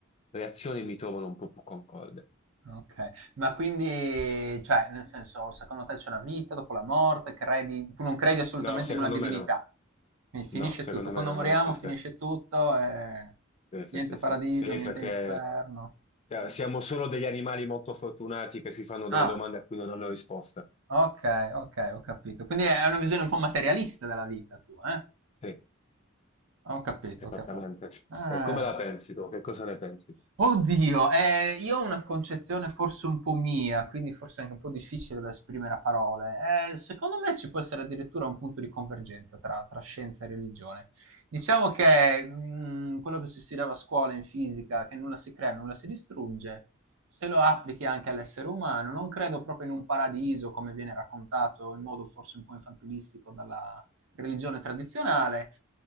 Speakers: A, on the left; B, on the right.
A: reazioni mi trovano un po' più concorde.
B: Okay. Ma quindi, cioè, nel senso, secondo te c'è una vita dopo la morte? Credi tu non credi assolutamente
A: No, secondo
B: in una divinità?
A: me no.
B: Quindi finisce
A: No, secondo
B: tutto. Quando
A: me no,
B: moriamo
A: non esiste.
B: finisce tutto e
A: Sì, sì,
B: niente
A: sì,
B: paradiso,
A: sì. Sì,
B: niente
A: perché
B: inferno.
A: eh, siamo solo degli animali molto fortunati che si fanno delle
B: Ah,
A: domande a cui non hanno risposta.
B: okay, okay, ho capito. Quindi è una visione un po' materialista della vita tua, eh?
A: Sì,
B: Ho capito,
A: esattamente.
B: ho capi ah.
A: E come la pensi tu? Che cosa ne pensi tu?
B: Oddio, eh, io ho una concezione forse un po' mia, quindi forse anche un po' difficile da esprimere a parole. Eh, secondo me ci può essere addirittura un punto di convergenza tra, tra scienza e religione. Diciamo che mh, quello che si studiava a scuola in fisica, che nulla si crea, nulla si distrugge, se lo applichi anche all'essere umano, non credo proprio in un paradiso come viene raccontato in modo forse un po' infantilistico dalla, religione tradizionale.